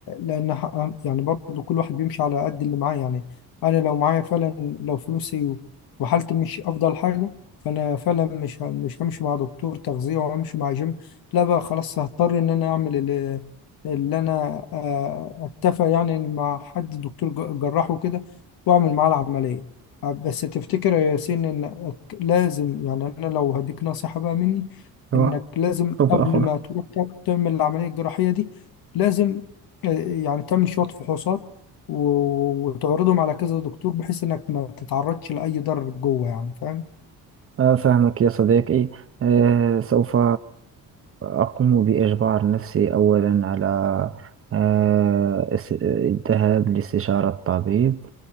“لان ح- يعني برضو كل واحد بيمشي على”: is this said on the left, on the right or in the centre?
Left